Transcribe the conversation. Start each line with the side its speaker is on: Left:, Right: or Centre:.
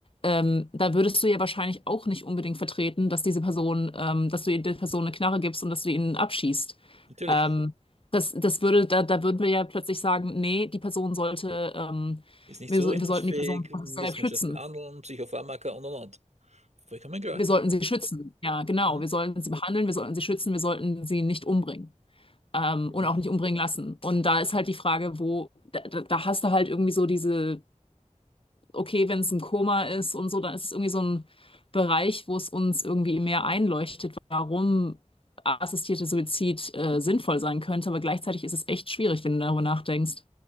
Left: ähm, da würdest du ja wahrscheinlich auch nicht unbedingt vertreten, dass diese Person, ähm, dass du der Person eine Knarre gibst und dass du ihn abschießt.
Right: natürlich.
Left: Ähm, das, das würde, da, da würden wir ja plötzlich sagen, nee, die Person sollte, ähm,
Right: Ist nicht
Left: wir,
Right: zurechnungsfähig,
Left: so- wir sollten die Person
Right: müssen
Left: selbst
Right: wir
Left: schützen.
Right: das behandeln, Psychopharmaka und und und. Vollkommen klar.
Left: Wir sollten sie schützen. Ja, genau.
Right: Mhm.
Left: Wir sollten sie behandeln, wir sollten sie schützen, wir sollten sie nicht umbringen. Ähm,
Right: Genau.
Left: und auch nicht umbringen lassen. Und da ist halt die Frage, wo, da, da da hast du halt irgendwie so diese, okay, wenn es ein Koma ist und so, dann ist es irgendwie so ein Bereich, wo es uns irgendwie mehr einleuchtet, warum assistierter Suizid, äh, sinnvoll sein könnte. Aber gleichzeitig ist es echt schwierig, wenn du darüber nachdenkst